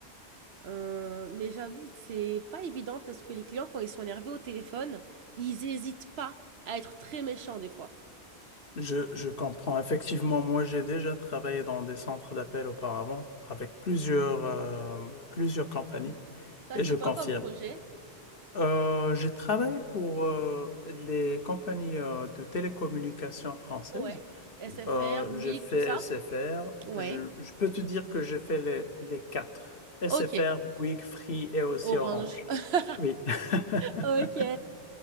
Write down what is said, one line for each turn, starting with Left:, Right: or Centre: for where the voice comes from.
Right: Euh, mais j'avoue que c'est pas évident parce que les clients, quand ils sont énervés au téléphone, ils hésitent pas à être très méchants des fois.
Left: Je, je comprends. Effectivement, moi, j'ai déjà travaillé dans des centres d'appel auparavant avec plusieurs, euh, plusieurs compagnies
Right: T'as
Left: et
Right: fait
Left: je
Right: quoi
Left: confirme.
Right: comme projet?
Left: Euh, j'ai travaillé pour euh, les compagnies euh, de télécommunications françaises.
Right: Ouais. SFR,
Left: Euh,
Right: Bouygues,
Left: j'ai fait
Right: tout ça?
Left: SFR.
Right: Ouais.
Left: Je, je peux te dire que j'ai fait les, les quatre. SFR,
Right: Ok.
Left: Bouygues, Free et aussi
Right: Orange.
Left: Orange.
Right: <laughs>
Left: Oui. <laughs>
Right: Ok.